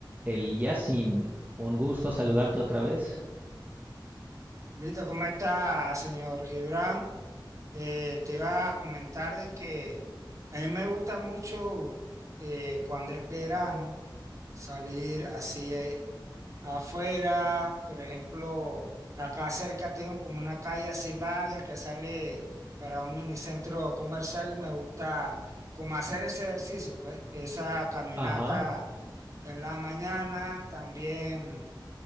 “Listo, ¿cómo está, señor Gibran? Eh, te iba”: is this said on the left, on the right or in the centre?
Right